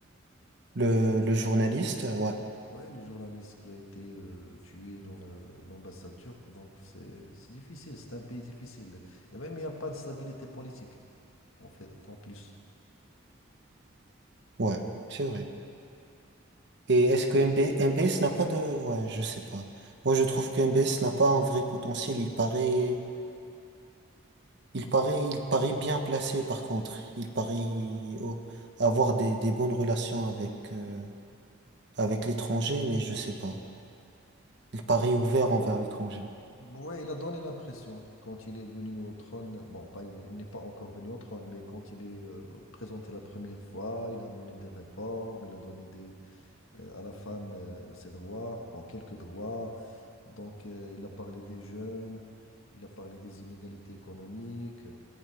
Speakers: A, on the right; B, on the left.
A: le, le journaliste, ouais,
B: Ouais, le journaliste qui a été euh, tué dans le- l'ambassade turque, donc c'est c'est difficile, c'est un pays difficile. Et même il n'y a pas de stabilité politique, en fait, en plus.
A: ouais, c'est vrai. Et est-ce que MB, MBS n'a pas de... Ouais, je sais pas. Moi, je trouve que MBS n'a pas un vrai potentiel. Il paraît, il paraît, il paraît bien placé, par contre. Il paraît oh, avoir des, des bonnes relations avec, euh, avec l'étranger, mais je sais pas. Il paraît ouvert envers l'étranger.
B: Ouais, il a donné l'impression, quand il est venu au trône, bon, pas, il est- il n'est pas encore venu au trône, mais quand il est euh, présenté la première fois, il a mené des réformes, il a donné des, euh, à la femme euh, ses droits, bon, quelques droits. Donc, euh, il a parlé des jeunes, il a parlé des inégalités économiques.